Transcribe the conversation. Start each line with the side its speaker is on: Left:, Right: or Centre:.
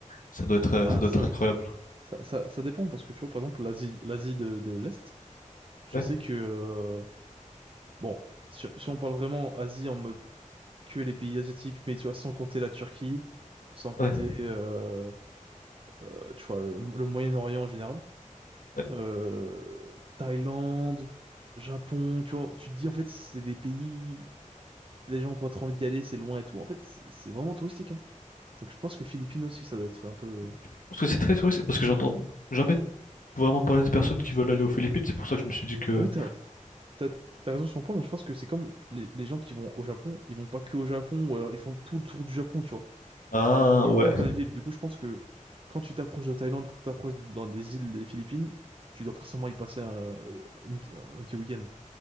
Left: Ça doit être euh,
Right: Ah,
Left: ça doit
Right: ça,
Left: être incroyable.
Right: ça, ça, ça dépend parce que tu vois, par exemple, l'Asie, l'Asie de, de l'Est, je
Left: Ouais,
Right: sais que, euh, bon, si, si on parle vraiment Asie en mode que les pays asiatiques, mais tu vois, sans compter la Turquie, sans compter,
Left: ouais,
Right: euh, euh, tu vois, le le Moyen-Orient en général.
Left: ouais.
Right: euh, Thaïlande, Japon, tu vois, tu te dis en fait c'est des pays, les gens ont pas trop envie d'y aller, c'est loin et tout. En fait, c'est c'est vraiment touristique, hein. Donc je pense que Philippines aussi, ça doit être un peu.
Left: Je pense que c'est très touristique parce que j'entends jamais vraiment parler de personnes qui veulent aller aux Philippines. C'est pour ça que je me suis dit que
Right: Ouais, t'as, t'as, t'as raison sur un point, mais je pense que c'est comme les, les gens qui vont au Japon, ils vont pas que au Japon, ou alors ils font tout le tour du Japon, tu vois.
Left: Ah
Right: Ils vont, ils vont
Left: ouais,
Right: pas qu'en une ville. Du coup, je pense que quand tu t'approches de Thaïlande, quand tu t'approches dans des îles des Philippines, tu dois forcément y passer un, une- un petit week-end.